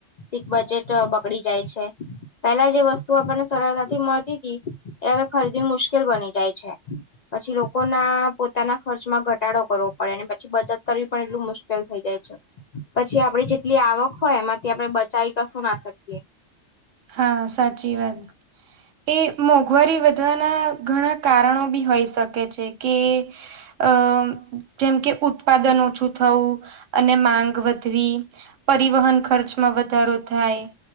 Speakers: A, on the left; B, on the right.
A: સીક બજેટ બગડી જાય છે. પેલા જે વસ્તુ આપણને સરળતાથી મળતી તી એ હવે ખરીદી મુશ્કેલ બની જાય છે. પછી લોકો ના પોતાના ખર્ચમાં ઘટાડો કરવો પડે અને પછી બચત કરવી પણ એટલું મુશ્કેલ થઈ જાય છે. પછી આપડી જેટલી આવક હોય એમાંથી આપણે બચાવ કશું ના શકીએ.
B: હા સાચી વાત. એ મોંઘવારી વધવાના ઘણા કારણો બી હોઈ શકે છે કે, અ જેમ કે ઉત્પાદન ઓછું થવું અને માંગ વધવી. પરિવહન ખર્ચમાં વધારો થાય